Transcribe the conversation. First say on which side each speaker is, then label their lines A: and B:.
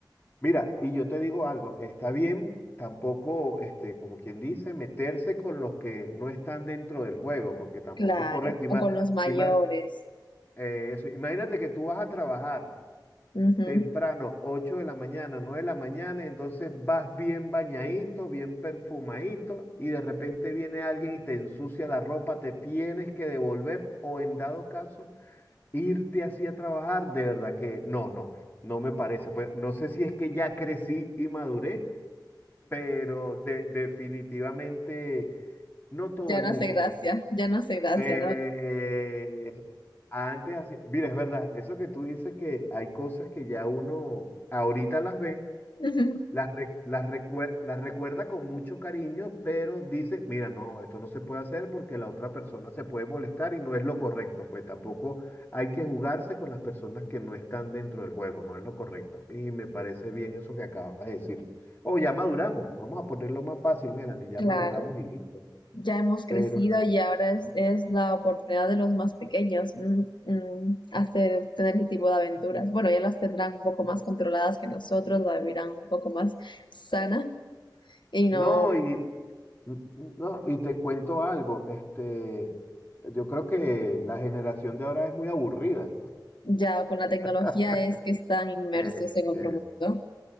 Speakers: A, on the left; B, on the left.
A: mira, y yo te digo algo, está bien tampoco, este, como quien dice, meterse con los que no están dentro del juego, porque tampoco
B: Claro,
A: es correcto. Y
B: o
A: más,
B: con los mayores.
A: y más, eh, eso, imagínate que tú vas a trabajar.
B: Ujú.
A: temprano, 8 de la mañana, 9 de la mañana, y entonces vas bien bañadito, bien perfumadito, y de repente viene alguien y te ensucia la ropa, te tienes que devolver o en dado caso irte así a trabajar, de verdad que no, no, no me parece. Pues no sé si es que ya crecí y maduré, pero de- definitivamente no todo
B: Ya
A: el
B: no
A: mundo
B: hace gracia,
A: puede.
B: ya no hace gracia,
A: Eh,
B: ¿no?
A: eso. antes así, mira, es verdad, eso que tú dices que hay cosas que ya uno ahorita las ve,
B: <laughs> Ujú.
A: las, re- las, recuer- las recuerda con mucho cariño, pero dice, mira, no, esto no se puede hacer porque la otra persona se puede molestar y no es lo correcto, pues tampoco hay que jugarse con las personas que no están dentro del juego, no es lo correcto. Y me parece bien eso que acabas de decir. O ya maduramos, vamos a ponerlo más fácil, Melanie, ya
B: Claro.
A: maduramos y listo.
B: ya hemos crecido
A: Pero
B: y ahora es, es la oportunidad de los más pequeños mm, mm, hacer, tener ese tipo de aventuras. Bueno, ya las tendrán un poco más controladas que nosotros, la vivirán un poco más sana y no
A: no, y, N- No, y te cuento algo, este, yo creo que la generación de ahora es muy aburrida.
B: ya con la tecnología
A: <laughs>
B: es que están inmersos
A: Eh,
B: en otro
A: es-
B: mundo.